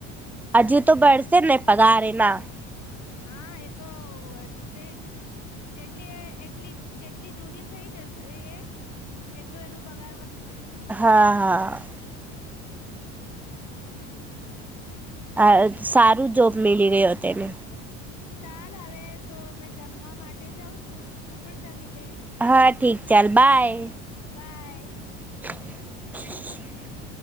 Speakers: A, in the centre; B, on the left.
A: હજુ, તો ભરસે જ ને પગાર એના
B: હા, એ તો વધશે જ જેટલી એટલી જેટલી જૂની થઈ જશે એ એટલું એનું પગાર વધશે.
A: હા, હા. અહ સારુ, જોબ મીલી ગયો તેને.
B: ચાલ હવે, તો મેં જમવા માટે જાઉં છું. તું પણ જમી લે
A: હા, ઠીક ચાલ બાય
B: બાય
A: <inaudible>